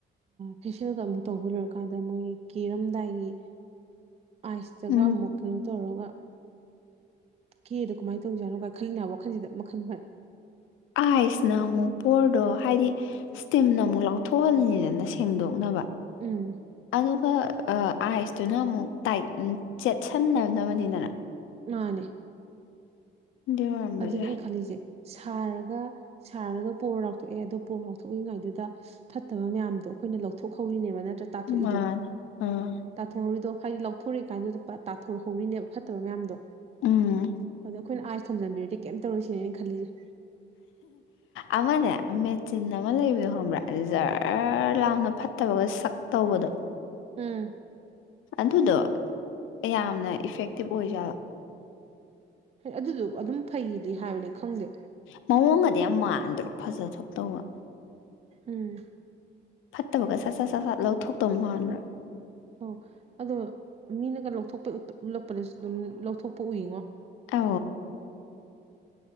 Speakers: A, on the right; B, on the left.
A: ꯐꯦꯁꯤꯌꯦꯦꯜꯒ ꯑꯃꯨꯛ ꯇꯧꯕ ꯂꯣꯏꯔꯀꯥꯟꯗ ꯃꯣꯏ ꯀꯤꯔꯝꯗꯥꯏꯒꯤ ꯑꯁꯇꯒꯃꯨꯛ
B: ꯎꯝ
A: ꯇꯧꯔꯒ ꯀꯦꯗꯣ ꯀꯃꯥꯏꯅ ꯇꯧꯖꯥꯠꯅꯣ ꯀꯥꯏ ꯈꯜꯂꯤꯅꯦ ꯋꯥꯈꯜꯁꯤꯗ ꯃꯈꯟ ꯃꯈꯜ
B: ꯑꯥꯏꯁꯅ ꯑꯃꯨꯛ ꯄꯣꯔꯗꯣ ꯍꯥꯏꯗꯤ ꯏꯁꯇꯤꯝꯅ ꯑꯃꯨꯛ ꯂꯥꯎꯊꯣꯛꯍꯜꯂꯤꯅꯤꯗꯅ ꯁꯦꯡꯗꯣꯛꯅꯕ
A: ꯎꯝ
B: ꯑꯕ ꯑ ꯑꯥꯏꯁꯇꯨꯅ ꯑꯃꯨꯛ ꯇꯥꯏꯠ ꯆꯦꯠꯁꯟꯅꯅꯕꯅꯤꯗꯅ
A: ꯃꯥꯅꯦ
B: ꯑꯗꯨꯏ ꯑꯣꯏꯔꯝꯕꯁꯨ
A: ꯑ ꯅ
B: ꯌꯥꯏ
A: ꯈꯂꯤꯁꯦ ꯁꯥꯔꯒ ꯁꯥꯔꯒꯅ ꯄꯣꯔ ꯂꯥꯎꯊꯣꯛꯑꯦ ꯑꯗꯣ ꯄꯣꯔ ꯂꯥꯎꯊꯣꯛꯏꯉꯥꯏꯗꯨꯗ ꯐꯠꯇꯕ ꯃꯌꯥꯝꯗꯣ ꯑꯩꯈꯣꯏꯅ ꯂꯧꯊꯣꯛꯍꯧꯔꯤꯅꯦꯕ ꯅꯠꯇ꯭ꯔ ꯇꯥꯊꯣꯛꯏꯗꯣ
B: ꯃꯥꯅꯦ ꯑꯥ
A: ꯇꯥꯊꯣꯛꯍꯧꯔꯤꯗꯣ ꯍꯥꯏꯗꯤ ꯂꯧꯊꯣꯔꯛꯏ ꯀꯥꯟꯗꯨꯗ ꯇꯥꯊꯣꯔꯛꯍꯧꯔꯤꯅꯦꯕ ꯐꯠꯇꯕ ꯃꯌꯥꯝꯗꯣ
B: ꯎꯝ
A: ꯑꯣꯗꯣꯏ ꯑꯁ ꯊꯣꯝꯖꯟꯕꯤꯔꯗꯤ ꯀꯩꯝ ꯇꯧꯔꯨꯁꯤꯅꯦꯅ ꯈꯜꯂꯤꯁꯦ
B: ꯑꯃꯅꯦ ꯆꯤꯟ ꯑꯃ ꯂꯩꯕꯗꯨ ꯈꯣꯟꯕ꯭ꯔꯥ꯫ ꯖꯥꯔ ꯂꯥꯎꯅ ꯐꯠꯇꯕꯒ ꯁꯛ ꯇꯧꯕꯗꯣ꯫
A: ꯎꯝ꯫
B: ꯑꯗꯨꯗꯣ ꯌꯥꯝꯅ ꯏꯐꯦꯛꯇꯤꯚ ꯑꯣꯏꯖꯥꯂꯣ꯫
A: ꯑꯗꯨꯗꯣ ꯑꯗꯨꯝ ꯐꯩꯗꯤ ꯍꯥꯏꯕꯅꯤ ꯈꯪꯗꯦ꯫
B: ꯃꯑꯣꯡꯒꯗꯤ ꯌꯥꯝ ꯃꯥꯟꯗꯕꯥ ꯐꯖꯊꯣꯛꯇꯧꯕ꯫
A: ꯎꯝ
B: ꯐꯠꯇꯕꯒ ꯁꯠ ꯁꯠ ꯁꯠ ꯁꯠ ꯂꯧꯊꯣꯛꯇꯧ ꯃꯥꯟꯕ꯭ꯔꯥ꯫
A: ꯑꯣ ꯑꯗꯣ ꯃꯤꯅꯒ ꯂꯧꯊꯣꯛꯄ ꯎꯠꯂꯛꯄꯗꯁꯨ ꯑꯗꯨꯝ ꯂꯧꯊꯣꯛꯄ ꯎꯏꯉꯣ꯫
B: ꯑ꯫